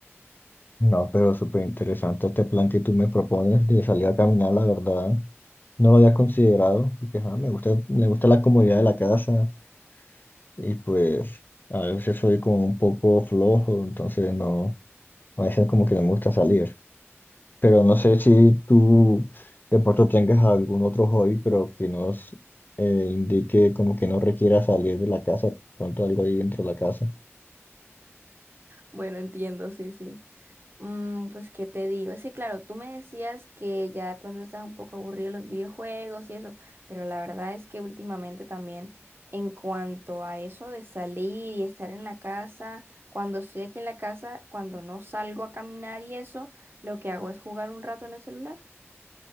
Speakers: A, on the left; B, on the right.
A: No, pero súper interesante este plan que tú me propones de salir a caminar, la verdad. No lo había considerado, porque ajá, me gusta, me gusta la comodidad de la casa, y pues a veces soy como un poco flojo, entonces no, a veces como que no me gusta salir. Pero no sé si tú de pronto tengas algún otro hobby, pero que nos eh, indique como que no requiera salir de la casa, pronto algo ahí dentro de la casa.
B: Bueno, entiendo, sí, sí. Mm, pues, ¿qué te digo? Sí, claro, tú me decías que ya de pronto estás un poco aburrido de los videojuegos y eso, pero la verdad es que últimamente también en cuanto a eso de salir y estar en la casa, cuando estoy aquí en la casa, cuando no salgo a caminar y eso, lo que hago es jugar un rato en el celular.